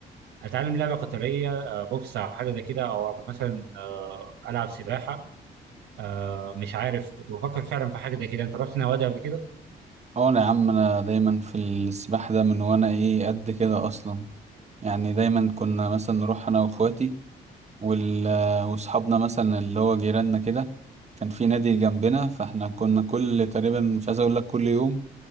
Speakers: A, on the right; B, on the right.
A: اتعلم لعبه قتاليه آه، بوكس او حاجه زي كده او مثلا آه، العب سباحه آه، مش عارف كنت بفكر فعلا في حاجه زي كده انت رحت نوادي قبل كده
B: اه انا يا عم انا دايما في السباحة ده من وانا ايه قد كده اصلا يعني دايما كنا مثلا نروح انا واخواتي وال- واصحابنا مثلا اللي هو جيراننا كده كان في نادي جنبنا فاحنا كنا كل تقريبا مش عايز اقول لك كل يوم